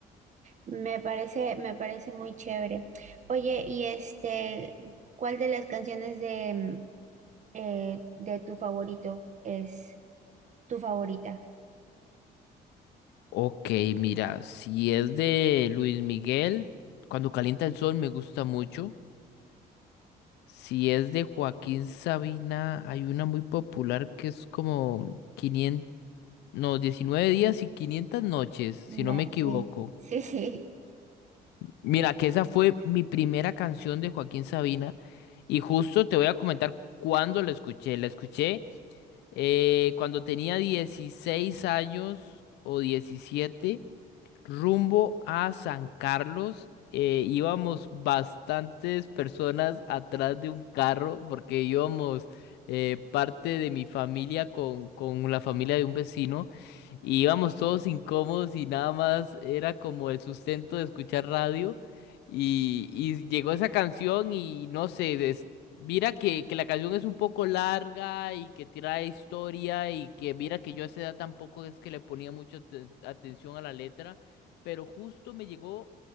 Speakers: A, on the right; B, on the left.
A: Me parece, me parece muy chévere. Oye, y este, ¿cuál de las canciones de, mm, eh, de tu favorito es tu favorita?
B: Ok, mira, si es de Luis Miguel, Cuando calienta el sol me gusta mucho. Si es de Joaquín Sabina, hay una muy popular que es como 500, no, 19 días y 500 noches, si no
A: Da-
B: me equivoco.
A: sí, sí, sí.
B: Mira, que esa fue mi primera canción de Joaquín Sabina y justo te voy a comentar cuándo la escuché. La escuché eh, cuando tenía 16 años o 17 rumbo a San Carlos. eh, íbamos bastantes personas atrás de un carro porque íbamos eh, parte de mi familia con, con la familia de un vecino y íbamos todos incómodos y nada más era como el sustento de escuchar radio y, y llegó esa canción y no sé, des- mira que, que la canción es un poco larga y que tira historia y que mira que yo a esa edad tampoco es que le ponía mucha atención a la letra pero justo me llegó